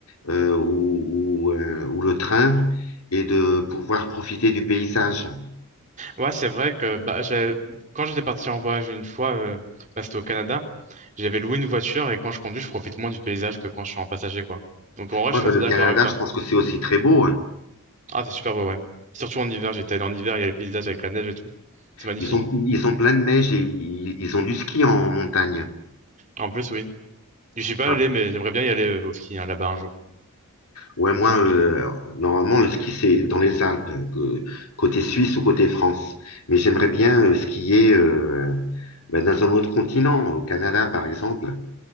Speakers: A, on the left (about 80°); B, on the right (about 35°).
A: euh, ou, ou, euh, ou le train et de pouvoir profiter du paysage.
B: Ouais, c'est vrai que bah, j'ai- quand j'étais parti en voyage une fois, euh, bah, c'était au Canada, j'avais loué une voiture et quand je conduis, je profite moins du paysage que quand je suis en passager, quoi. Donc en vrai,
A: Moi,
B: je suis
A: ben,
B: assez
A: le
B: d'accord
A: Canada,
B: avec toi.
A: je pense que c'est aussi très beau. hein.
B: Ah, c'est super beau, ouais. Surtout en hiver, j'étais allé en hiver, il y a le paysage avec la neige et tout. C'est magnifique.
A: Ils ont, ils ont plein de neige et ils, ils ont du ski en montagne.
B: En plus, oui. Je suis pas
A: Ah,
B: allé, mais j'aimerais bien y aller euh, au ski hein, là-bas un jour.
A: Ouais, moi, euh, alors, normalement, le ski, c'est dans les Alpes, euh, que- côté Suisse ou côté France. Mais j'aimerais bien euh, skier euh, ben, dans un autre continent, au Canada, par exemple.